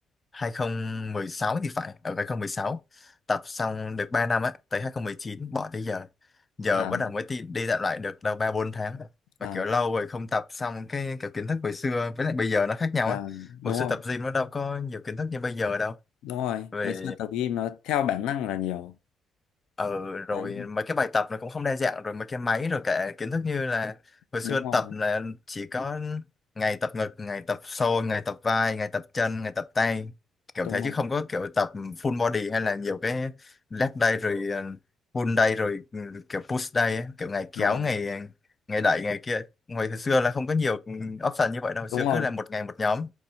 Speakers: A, on the left; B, on the left.
A: hai không một sáu thì phải ở 2016 tập xong được 3 năm á tới 2019 bỏ tới giờ giờ
B: à,
A: bắt đầu mới đi, đi dạo lại được đâu 3 4 tháng mà
B: à,
A: kiểu lâu rồi không tập xong cái kiểu kiến thức hồi xưa với lại bây giờ nó khác nhau
B: à,
A: á
B: đúng
A: hồi xưa
B: rồi
A: tập gym nó đâu có nhiều kiến thức như bây giờ đâu
B: đúng rồi
A: về
B: ngày xưa tập gym nó theo bản năng là nhiều
A: ừ, rồi
B: đấy
A: mấy cái bài tập nó cũng không đa dạng rồi mấy cái máy rồi cả kiến thức như là hồi
B: đúng
A: xưa
B: rồi
A: tập là chỉ có ngày tập ngực ngày tập xô ngày tập vai ngày tập chân ngày tập tay kiểu
B: đúng
A: thế
B: rồi
A: chứ không có kiểu tập full body hay là nhiều cái leg day rồi ờ, pull day rồi ừ, kiểu push day ấy, kiểu ngày kéo
B: à,
A: ngày ngày đẩy ngày kia hồi hồi xưa là không có nhiều ừ, option như vậy đâu hồi xưa
B: đúng rồi
A: cứ là một ngày một nhóm